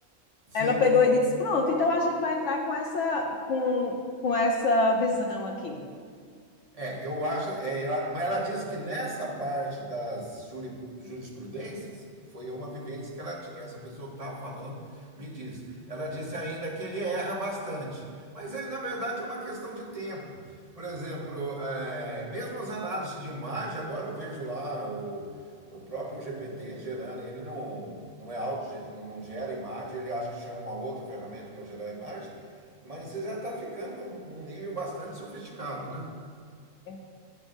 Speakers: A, on the right; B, on the left.
A: sim,
B: ela pegou e disse: Pronto, então a gente vai entrar com essa, com, com essa visão aqui.
A: É, eu acho. é, ela- mas ela diz que nessa parte das juri- jurisprudências foi uma vivência que ela, ti- essa pessoa que estava falando me disse. Ela disse ainda que ele erra bastante. Mas aí, na verdade, é uma questão de tempo. Por exemplo, é, mesmo as análises de imagem, agora eu vejo lá o, o próprio GPT gerando, ele não, não é auto, não gera imagem, ele acho que chama uma outra ferramenta para gerar imagem, mas já está ficando um um nível bastante sofisticado, né?
B: É,